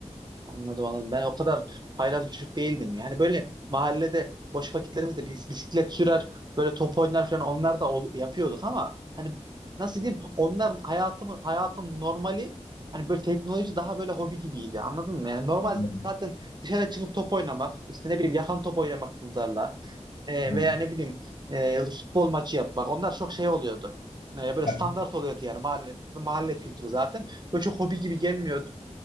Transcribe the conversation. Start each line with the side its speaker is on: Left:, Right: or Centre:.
Right: Anladım anladım. Ben o kadar haylaz bir çocuk değildim. Yani böyle mahallede boş vakitlerimizde bis- bisiklet sürer, böyle top oynar falan onlar da ol- yapıyorduk ama hani nasıl diyeyim onlar hayatımı hayatın normali hani böyle teknoloji daha böyle hobi gibiydi. Anladın mı? Yani normal
Left: Anladım.
Right: zaten dışarı çıkıp top oynamak, işte ne bileyim yakan top oynamak kızlarla e,
Left: Hmm.
Right: veya ne bileyim e, futbol maçı yapmak. Onlar çok şey oluyordu. E, böyle
Left: Ya,
Right: standart oluyordu yani mahalle mahalle kültürü zaten. Böyle çok hobi gibi gelmiyordu.